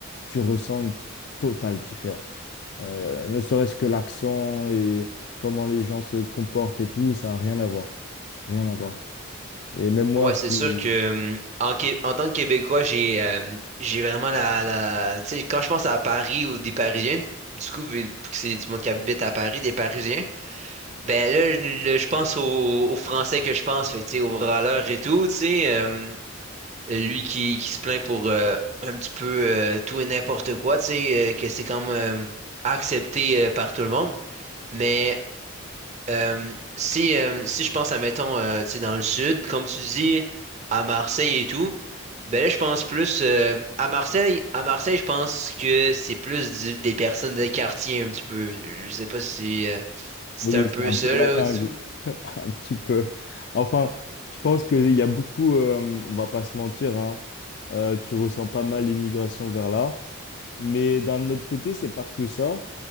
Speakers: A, on the left (about 55°); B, on the right (about 35°).
A: tu ressens une totale différence. Euh, ne serait-ce que l'accent et comment les gens se comportent et tout, ça n'a rien à voir. Rien à voir. Et même moi,
B: Ouais,
A: je
B: c'est
A: suis...
B: sûr que hum, en, Qué- en tant que Québécois, j'ai euh, j'ai vraiment la, la... Tu sais, quand je pense à Paris ou des Parisiens, du coup, vu que c'est du monde qui habite à Paris, des Parisiens, ben là, je là, je pense aux, aux Français que je pense, fait que, tu sais, aux râleurs et tout, tu sais, euh, lui qui, qui se plaint pour euh, un petit peu euh, tout et n'importe quoi, tu sais, euh, que c'est comme euh, accepté euh, par tout le monde. Mais euh, si, euh, si je pense à, mettons, euh, tu sais, dans le sud, comme tu dis, à Marseille et tout, ben là, je pense plus euh, à Marseille. À Marseille, je pense que c'est plus du- des personnes de quartier un petit peu. Je sais pas si euh, c'est
A: Oui,
B: un peu
A: c'est un
B: ça
A: peu la
B: là
A: jungle.
B: au-dessous.
A: <laughs> Un petit peu. Enfin, je pense qu'il y a beaucoup, euh, on va pas se mentir, hein, euh, tu ressens pas mal l'immigration vers là. Mais d'un autre côté, c'est pas que ça.